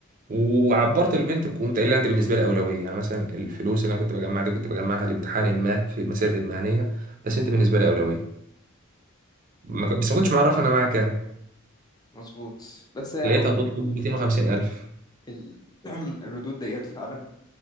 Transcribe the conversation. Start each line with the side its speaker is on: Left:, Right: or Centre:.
Right: وعبرت البنت قمت قايل لها انت بالنسبه لي اولويه يعني مثلا الفلوس اللي انا كنت بجمعها دي كنت بجمعها لامتحان ما في مسيرتي المهنيه بس انت بالنسبه لي اولويه ما ك- بس ما كنتش معرفها انا معاك كام
Left: مظبوط بس هي
Right: لقيتها
Left: هو
Right: بتطلب 250000
Left: ال... <clears throat> الردود ديت فعلا